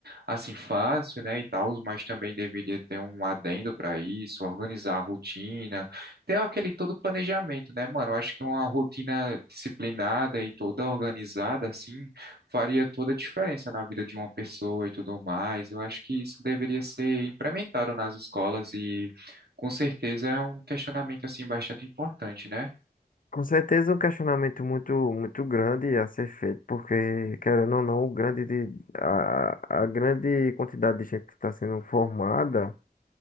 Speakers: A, on the right; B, on the left.
A: assim, fácil, né, e tal, mas também deveria ter um adendo para isso, organizar a rotina ter aquele todo planejamento, né, mano? Eu acho que uma rotina disciplinada e toda organizada, assim, faria toda a diferença na vida de uma pessoa e tudo mais. Eu acho que isso deveria ser implementado nas escolas e, com certeza, é um questionamento, assim, bastante importante, né?
B: Com certeza um questionamento muito, muito grande a ser feito, porque, querendo ou não, o grande de, a, a grande quantidade de gente que está sendo formada